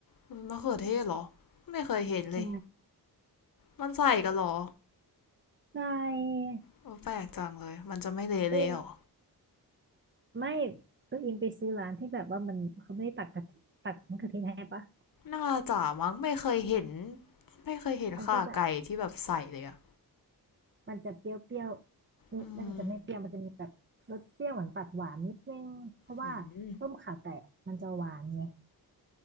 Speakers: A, on the left (about 60°); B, on the right (about 30°).
A: มันมะเขือเทศเหรอ ไม่เคยเห็นเลย
B: ใช่
A: มันใส่กันเหรอ
B: ใช่
A: โอ้แปลกจังเลย มันจะไม่เละเลยเหรอ
B: ตัวเองไม่ตัวเองไปซื้อร้านที่แบบว่ามันเขาไม่ได้ตักกะทิตักมะเขือเทศให้ปะ
A: น่าจะมั้งไม่เคยเห็น ไม่เคยเห็นข่าไก่ที่แบบใส่เลยอะ
B: มันก็จะ มันจะเปรี้ยวๆนี่มันจะไม่เปรี้ยวมันจะมีแบบรสเปรี้ยวเหมือนตัดหวานนิดนึงเพราะว่าต้มข่าไก่อะมันจะหวานไง
A: อืมอืม